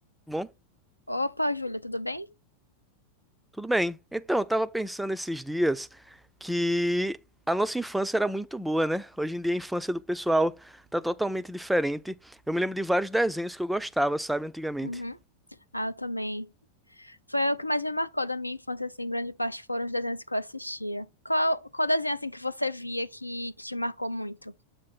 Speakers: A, in the centre; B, on the left (about 90°).
A: Bom,
B: Opa, Júlia, tudo bem?
A: tudo bem. Então, eu tava pensando esses dias que a nossa infância era muito boa, né? Hoje em dia a infância do pessoal tá totalmente diferente. Eu me lembro de vários desenhos que eu gostava, sabe, antigamente.
B: Uhum. Ah, eu também. Foi o que mais me marcou da minha infância, assim, grande parte foram os desenhos que eu assistia. Qual, qual desenho, assim, que você via que, que te marcou muito?